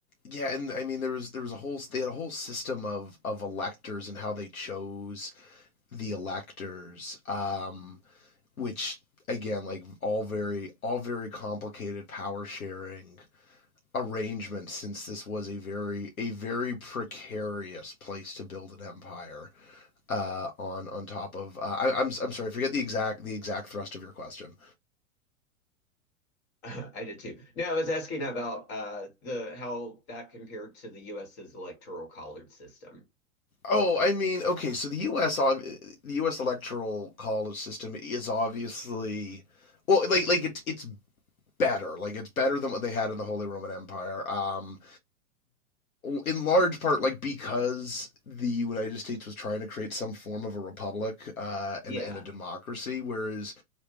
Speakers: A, on the left (about 80°); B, on the left (about 50°).
A: yeah, and I mean there was there was a whole they had a whole system of of electors and how they chose the electors, um, which again like all very all very complicated power sharing arrangements since this was a very a very precarious place to build an empire uh, on on top of uh, I, I'm I'm sorry I forget the exact the exact thrust of your question.
B: <laughs> I did too. No, I was asking about uh the how that compared to the US's electoral college system.
A: Oh, I mean, okay, so the U.S. ob- the U.S. electoral college system is obviously well, like like it's it's better, like it's better than what they had in the Holy Roman Empire. Um, in large part, like because the United States was trying to create some form of a republic uh,
B: Yeah,
A: and and a democracy, whereas